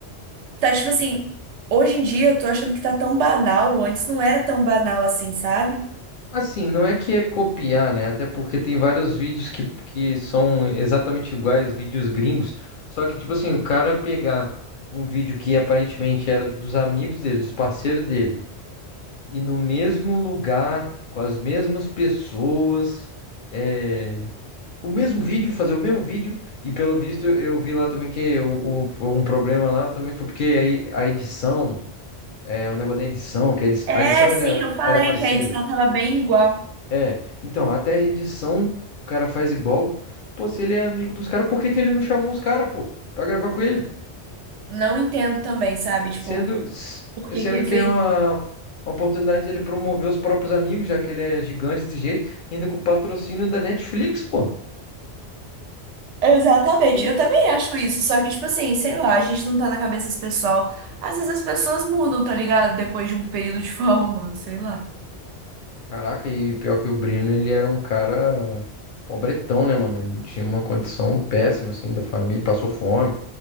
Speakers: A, on the right (about 85°); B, on the left (about 60°).
A: tá tipo assim, hoje em dia eu tô achando que tá tão banal, antes não era tão banal assim, sabe?
B: Assim, não é que é copiar, né? Até porque tem vários vídeos que, que são exatamente iguais, vídeos gringos. Só que, tipo assim, o cara pegar um vídeo que aparentemente era dos amigos dele, dos parceiros dele, e no mesmo lugar, com as mesmas pessoas, é, o mesmo vídeo, fazer o mesmo vídeo, e pelo visto eu, eu vi lá também que o, o- um problema lá também foi porque aí a edição, é, o negócio da edição, que a edi-
A: É,
B: a edição
A: sim,
B: era,
A: eu falei
B: era parecida.
A: que a edição tava bem igual.
B: É, então, até a edição o cara faz igual. Pô, se ele é amigo dos caras, por que que ele não chamou os caras, pô, pra gravar com ele?
A: Não entendo também, sabe? Tipo,
B: Sendo, s-
A: por que
B: sendo
A: que ele fez
B: que é uma,
A: isso?
B: uma oportunidade dele promover os próprios amigos, já que ele é gigante desse jeito, ainda com o patrocínio da Netflix, pô.
A: Exatamente,
B: Que isso?
A: eu também acho isso, só que tipo assim, sei lá, a gente não tá na cabeça desse pessoal. Às vezes as pessoas mudam, tá ligado? Depois de um período de fama, mano, sei lá.
B: Caraca, e pior que o Brino, ele era um cara pobretão, né, mano? Ele tinha uma condição péssima, assim, da família, passou fome,